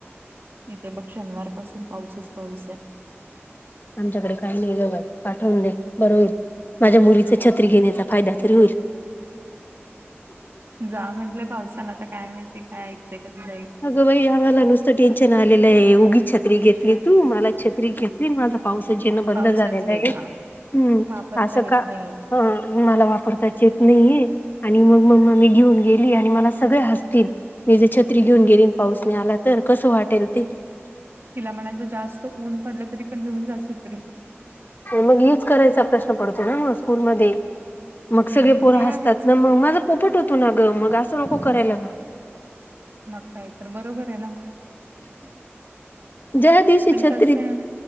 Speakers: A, on the right; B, on the left.
A: इथे बघ शनिवार पासून पाऊसच पाऊस आहे.
B: आमच्याकडे काही नाही ग बाई पाठवून दे बर होईल. माझ्या मुलीचा छत्री घेण्याचा फायदा तरी होईल.
A: जा म्हटलंय पावसाला आता काय माहिती काय ऐकते कधी जाईल.
B: अगं बाई आम्हाला नुसतं टेन्शन आलेलं आहे उगी छत्री घेतली तू मला छत्री घेत. माझा पाऊस जेणं बंद
A: पाऊसच
B: झालेला
A: गेला
B: आहे हम्म
A: वापरता
B: असं
A: येत
B: का?
A: नाहीये
B: ह मला वापरता येत नाही. आणि मग मग् मी घेऊन गेली आणि मला सगळे हसतील. मी जे छत्री घेऊन गेलीन पाऊसने आला तर कसं वाटेल ते
A: तिला म्हणायचं जास्त ऊन पडलं तरी पण घेऊन जायचं तरी
B: मग युज करायचा प्रश्न पडतो ना ना स्कूलमध्येध्ये मग
A: हम्म
B: सगळे पोरं
A: ते
B: हसतात
A: आहेच
B: ना मग माझा पोपट होतो ना ग मग असं नको करायला ना
A: मग काही तर बरोबर आहे ना.
B: ज्या दिवशी
A: पण
B: छत्री
A: कसं आहे